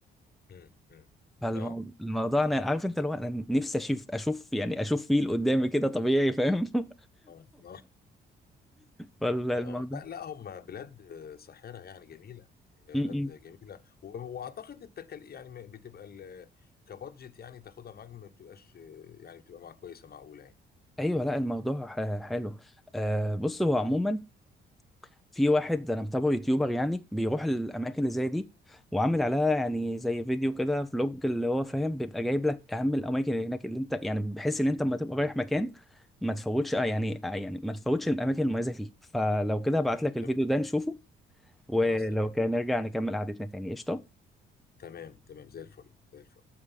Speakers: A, on the left; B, in the centre.
A: مم. مم.
B: فالموضوع
A: اه
B: انا عارف انت لو انا نفسي اشوف اشوف يعني اشوف فيل قدامي كده طبيعي فاهم <laughs>
A: اه اه
B: فالموضوع
A: اه آه. لا لا هم بلاد آه، ساحرة يعني جميلة هي
B: م-
A: بلاد
B: م.
A: جميلة و- واعتقد التكاليف يعني م- بتبقى ال- كبادجت يعني تاخدها معاك ما بتبقاش آه، يعني بتبقى مع كويسة معقولة يعني
B: ايوه لا الموضوع ح- حلو آه بص هو عموما في واحد انا متابعه يوتيوبر يعني بيروح الاماكن اللي زي دي وعامل عليها يعني زي فيديو كده فلوج اللي هو فاهم بيبقى جايب لك اهم الاماكن اللي هناك اللي انت يعني بحيث ان انت لما تبقى رايح مكان ما تفوتش آه يعني آه يعني ما تفوتش الاماكن المميزه فيه فلو كده هبعت لك الفيديو
A: تمام
B: ده نشوفه ولو
A: خلاص تمام
B: كان نرجع نكمل قعدتنا تاني قشطة
A: تمام تمام زي الفل زي الفل